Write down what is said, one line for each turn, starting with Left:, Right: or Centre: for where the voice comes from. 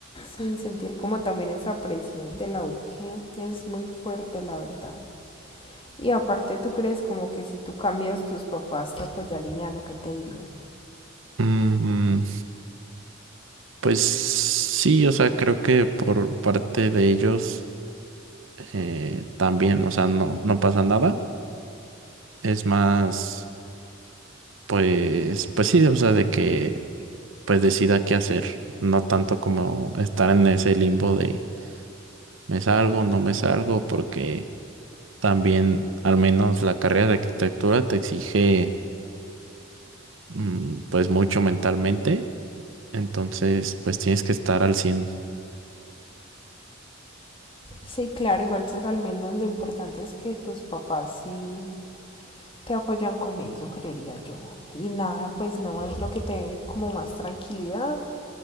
Left: sin sentir como también esa presión de la U que es muy fuerte, la verdad. Y aparte, ¿tú crees como que si tú cambias tus papás te apoyarían o que te dirían?
Right: Mm, pues sí, o sea, creo que por parte de ellos eh, también, o sea, no, no pasa nada. Es más, pues, pues sí, o sea, de que pues decida qué hacer, no tanto como estar en ese limbo de me salgo, no me salgo, porque También, al menos la carrera de arquitectura te exige mm, pues mucho mentalmente, entonces pues tienes que estar al cien
Left: Sí, claro, igual pues al menos lo importante es que tus papás sí te apoyan con eso, creería yo. Y nada, pues no es lo que te dé como más tranquilidad